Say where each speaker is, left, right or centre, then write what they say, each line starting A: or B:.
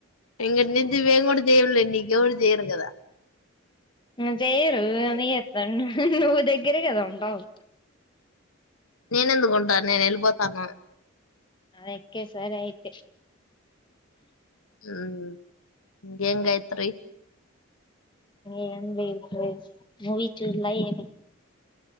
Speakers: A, on the left; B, on the left.
A: ఇంకట్నుంచి మేము కూడా చెయ్యంలే నీకు ఎవరు చెయ్యరు కదా
B: హ్మ్ చెయరు నే ఎత్తన్ నువ్వు దగ్గరే కదా ఉంటావ్
A: నేనెందుకు ఉంటను నేను వెళ్ళిపోతాను
B: ఆ అక్కే సరే అయితే
A: హ్మ్ ఇంకేం గాయత్రి
B: ఏం లేదు ప్రెస్ మూవీ చూడలా ఏమి